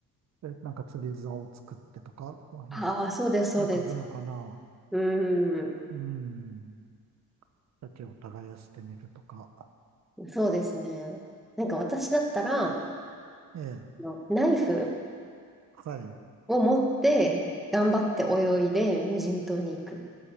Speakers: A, on the right; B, in the centre.
A: えなんか釣り竿を作ってとか、あいや、
B: ああ、そうです、そうです。
A: なんかあるのかな。
B: うーん、
A: うん、だを耕してみるとか。
B: そうですね。なんか私だったら、あ
A: ええ
B: のナイフ
A: はい。
B: を持って頑張って泳いで無人島に行く